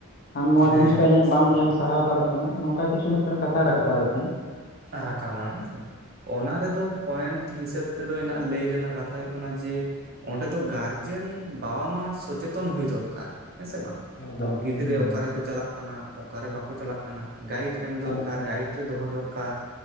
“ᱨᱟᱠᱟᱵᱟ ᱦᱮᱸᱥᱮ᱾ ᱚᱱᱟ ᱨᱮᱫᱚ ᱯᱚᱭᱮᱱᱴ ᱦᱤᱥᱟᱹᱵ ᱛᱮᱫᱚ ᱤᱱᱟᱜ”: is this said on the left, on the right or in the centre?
Right